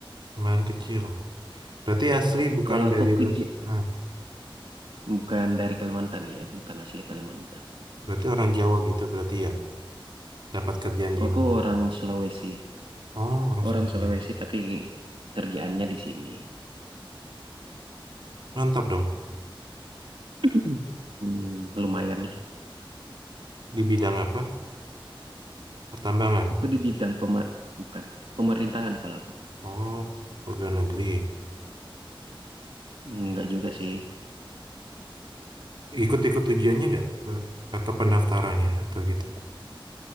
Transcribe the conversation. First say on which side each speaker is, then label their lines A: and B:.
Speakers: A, on the right (about 55°); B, on the right (about 70°).
A: lumayan kecil? Berarti asli
B: Ya,
A: bukan
B: kalau aku
A: dari,
B: ke J-
A: ah,
B: bukan dari Kalimantan ya, bukan asli Kalimantan.
A: berarti orang Jawa gitu berarti ya? Dapat kerjaan di
B: Aku
A: Magelang.
B: orang Sulawesi,
A: Oh, orang
B: orang
A: Surabaya.
B: Sulawesi tapi kerjaannya di sini.
A: Mantap dong.
B: <clears throat> Hmm, lumayan lah.
A: Di bidang apa? Pertambangan.
B: Aku di bidang pema bukan pemerintahan kalau aku.
A: Oh, pegawai negeri.
B: Enggak juga sih.
A: Ikut-ikut ujiannya nggak? Be- Atau pendaftarannya? Atau gitu?